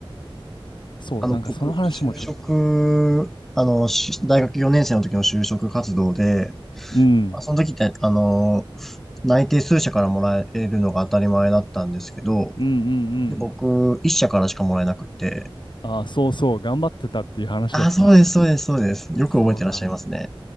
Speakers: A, on the left; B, in the centre.
A: そう、
B: あの、
A: なんかその話もちょっと、
B: 僕、就職、あの、し大学4年生の時の就職活動で、
A: うん、
B: まあその時って、あのー内定数社からもらえるのが当たり前だったんですけど、
A: うんうんう
B: で、僕、
A: ん。
B: 一社からしかもらえなくて、
A: あー、そうそう、頑張ってたっていう話だった。
B: あ、そうです、そうです、そうです。よく覚えてらっしゃいますね。
A: そうだ。